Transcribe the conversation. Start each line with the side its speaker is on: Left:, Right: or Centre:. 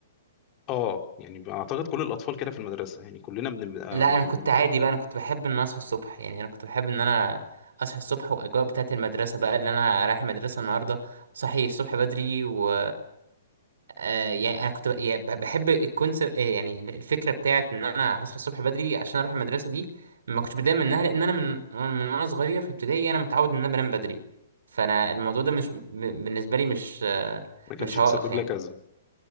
Left: اه يعني اعتقد كل الاطفال كده في المدرسه يعني كلنا بنبقى
Right: لا
Left: م-
Right: انا كنت عادي بقى انا كنت بحب ان أنا اصحى الصبح يعني انا كنت بحب ان انا اصحى الصبح واجواء بتاعت المدرسة بقى اللي انا رايح المدرسة النهاردة صحي الصبح بدري و آه يعني انا كنت ب- يعني ب- بحب الكونسبت يعني الفكره بتاعت ان انا هصحى الصبح بدري عشان اروح المدرسه دي ما كنتش بتضايق منها لان انا من من وانا صغير في ابتدائي انا متعود ان انا بنام بدري فانا الموضوع ده مش ب- بالنسبه لي مش آه،
Left: ما كانش
Right: مش عائق
Left: مسبب
Right: يعني
Left: لك ازمه